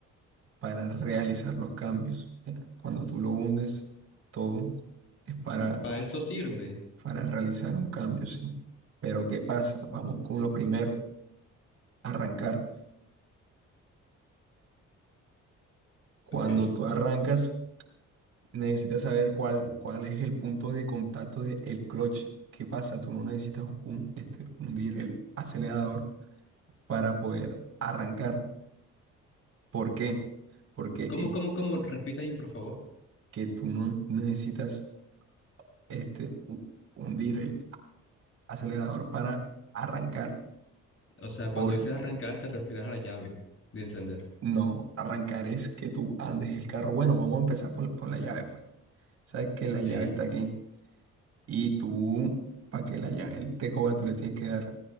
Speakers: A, on the right; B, on the left.
A: para realizar los cambios. ¿ya? Cuando tú lo hundes, todo es para
B: para eso sirve.
A: para realizar un cambio, sí. Pero ¿qué pasa? Vamos con lo primero, arrancar. Cuando
B: Ok.
A: tú arrancas, necesitas saber cuál, cuál es el punto de contacto del clutch. ¿Qué pasa? Tú no necesitas un, este, hundir el acelerador para poder arrancar. ¿Por qué? Porque
B: ¿Cómo,
A: es
B: cómo, cómo? Repita ahí, por favor.
A: que tú no necesitas este, hu- hundir el acelerador para arrancar.
B: O sea, cuando
A: Por
B: dices arrancar, te refieres a la llave de encender.
A: no arrancar es que tú andes el carro. Bueno, vamos a empezar por, por la llave, pues. Sabes que la
B: Ok.
A: llave está aquí. Y tú, para que la llave él te coja, tú le tienes que dar